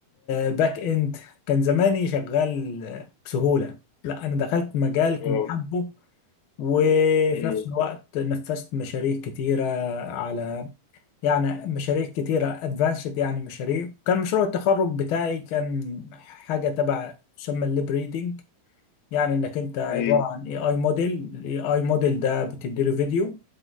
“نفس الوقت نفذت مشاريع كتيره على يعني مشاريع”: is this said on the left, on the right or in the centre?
Left